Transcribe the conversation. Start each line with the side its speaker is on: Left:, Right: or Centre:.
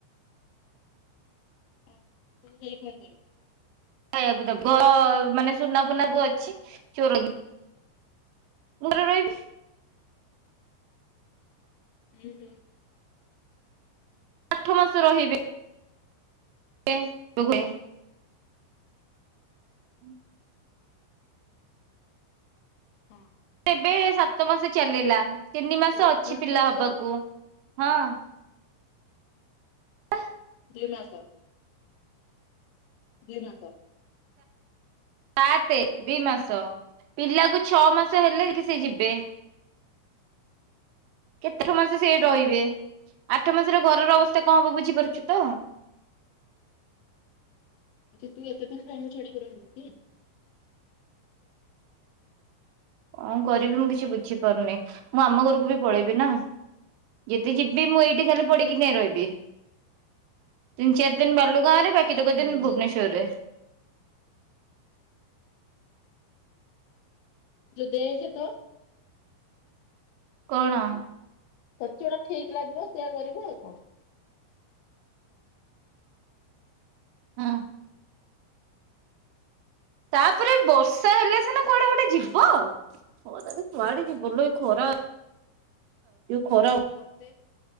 Left: ହୁଁ ତୁ ଯାଇ କଣ କରିବୁ?
Right: ଖାଇବାକୁ ଦେବଅଅ ମାନେ ସୁନାଫୁନାକୁ ଅଛି ଚୋର କି ଘରେ ରହିବି।
Left: ହୁଁ ହୁଁ।
Right: ଆଠ ମାସ ରହିବେ। କେ <unintelligible> <inaudible>
Left: ହଁ।
Right: ଏବେ ସାତ
Left: ଯେ
Right: ମାସ
Left: ତୋ
Right: ଚାଲିଲା ତିନି ମାସ
Left: ଯା
Right: ଅଛି
Left: ଗାଁକୁ
Right: ପିଲା
Left: ଯେତେବେଳେ
Right: ହବାକୁ।
Left: ଯାଏ
Right: ହଁ। ହ।
Left: ବଲି ମାସ ଦିନ କ
Right: ସାତେ ଦି ମାସ ପିଲାକୁ ଛଅ ମାସ ହେଲେ କି ସେ ଯିବେ କେତେର ମାସ ସେ ରହିବେ ଆଠ ମାସର ଘରର ଅବସ୍ଥା କଣ ହବ ବୁଝିପାରୁଛୁ ତ
Left: ଆଛା ତୁ ଏତେଥର ତାଙ୍କୁ ଛାଡି କରିବୁ କି
Right: ହଁ କରିବି ମୁଁ କିଛି ବୁଝିପାରୁନି ମୁଁ ଆମ ଘରକୁ ବି ପଳେଇବି ନା ଯେତେ ଯିବି ମୁଁ ଏଇଠି ଖାଲି ପଡିକି କାଇହିଁ ରହିବି ତିନି ଚାରି ଦିନ ବାଲୁ ଗାଁ ରେ କିନ୍ତୁ
Left: ହୁଁ
Right: କିଛଦିନ ଭୁବନେଶ୍ୱର୍ ରେ
Left: ଯ ଦେଖେ ତ
Right: କଣ?
Left: ତତେ ଯଉରା ଠିକ ଲାଗିବ ସେଇୟା କରିବୁ ଆଉ କଣ?
Right: ହଁ। ତାପରେ ବର୍ଷା ହେଲେ ସିନା କୁଆଡେ ଗୋଟେ ଯିବ କୁଆଡେ ଯିବଲୋ ଏ ଖରା ଖରା
Left: ମତେ